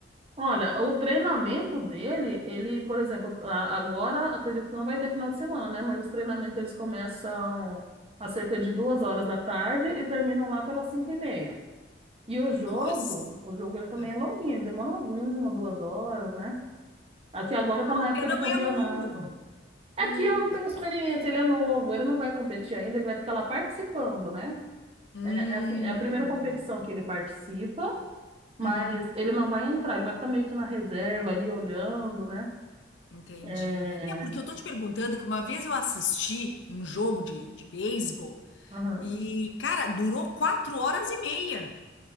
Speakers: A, on the right; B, on the left.
A: Olha, o treinamento dele, ele, por exemplo, a- agora acredito que não vai ter final de semana, né? Mas os treinamentos eles começam a cerca de duas horas da tarde e terminam lá pelas cinco e meia. E o jogo,
B: Nossa!
A: o jogo ele também
B: Ah.
A: é longuinho, ele demora umas uma, duas horas, né? Aqui agora tá na
B: Porque
A: época
B: não
A: de campeonato.
B: é longo.
A: é
B: Hum,
A: que eu não tenho experiência, ele é novo, ele não vai competir ainda, ele vai ficar lá participando, né?
B: hum,
A: É, é assim, é a primeira competição que ele participa, mas
B: uhum,
A: ele não vai entrar, ele vai ficar meio que na reserva ali olhando, né?
B: entendi.
A: É...
B: É porque eu tô te perguntando que uma vez eu assisti um jogo de, de beisebol
A: aham.
B: e, cara, durou quatro horas e meia.